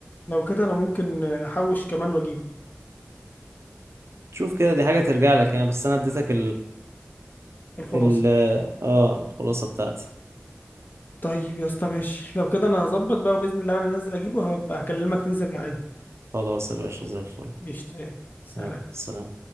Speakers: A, on the left; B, on the right.
A: لو كده أنا ممكن أحوش كمان وأجيبه
B: شوف كده دي حاجة ترجع لك يعني بس انا اديتك
A: الخلاصة
B: ال اه الخلاصة بتاعتي
A: طيب يا اسطى ماشي لو كده أنا هظبط بقى وبإذن الله أنا نازل أجيبه هبقى أكلمك تنزل معايا
B: خلاص يا باشا زي الفل
A: قشطة يلا سلام
B: يلا سلام